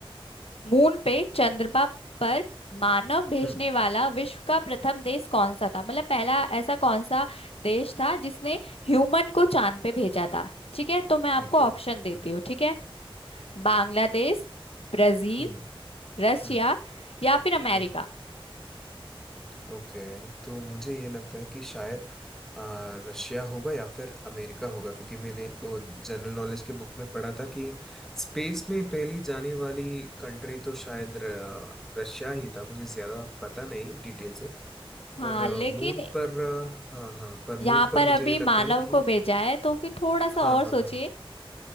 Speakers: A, on the left (about 80°); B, in the centre.
A: मून पे चंद्रमा पर मानव भेजने
B: हम्म
A: वाला विश्व का प्रथम देश कौन सा था मतलब पहला ऐसा कौन सा देश था जिसने ह्यूमन को चांद पे भेजा था ठीक है तो मैं आपको
B: ठीक
A: ऑप्शन
B: है
A: देती
B: हम्म
A: हूँ ठीक है बांग्लादेश ब्राजील
B: हम्म
A: रसिया
B: हम्म
A: या फिर अमेरिका
B: हम्म ओके तो मुझे ये लगता है कि शायद आ, रशिया होगा या फिर अमेरिका होगा क्योंकि मैंने वो जनरल नॉलेज के बुक में पढ़ा था कि स्पेस में पहली जाने वाली कंट्री तो शायद र, रशिया ही था मुझे ज्यादा पता नहीं डिटेल से
A: हाँ
B: पर
A: लेकिन
B: मून पर अ, हाँ हाँ पर मून
A: यहाँ
B: पर
A: पर अभी
B: मुझे ये लगता
A: मानव
B: है कि
A: को भेजा है तो फिर थोड़ा
B: हाँ
A: सा और
B: हाँ
A: सोचिए
B: हाँ